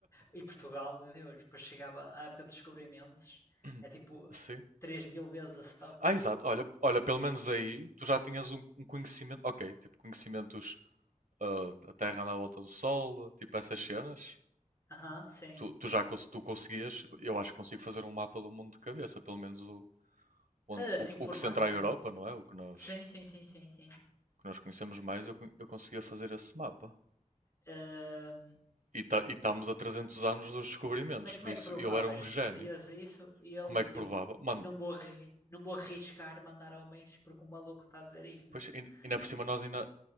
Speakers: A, on the left; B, on the right.
A: E Portugal, meu Deus, depois chegava a época de descobrimentos,
B: <coughs>
A: é tipo
B: Sim.
A: três mil vezes a stock.
B: Ah, exato. Olha, olha, pelo menos aí tu já tinhas um, um conhecimento. Ok, tipo conhecimentos ah, da Terra na volta do Sol, tipo essas cenas.
A: Aham, sim.
B: Tu, tu já cons- tu conseguias, eu acho que consigo fazer um mapa do mundo de cabeça, pelo menos o, onde-
A: Ah, Assim
B: o,
A: o formato,
B: o que centra
A: sim.
B: a Europa, não é? O que nós.
A: Sim, sim, sim, sim, sim.
B: que nós conhecemos mais, eu, con- eu conseguia fazer esse mapa.
A: Ahm,
B: E, tá, e estamos a 300 anos dos descobrimentos,
A: mas
B: por
A: como é
B: isso
A: que provavas?
B: eu era um gênio.
A: Dizias isso e eles
B: Como é que
A: tipo,
B: provava? Mano,
A: não vou, arri- não vou arriscar mandar homens porque o maluco está a dizer isto,
B: pois,
A: não é? <laughs>
B: e ainda por cima nós ainda,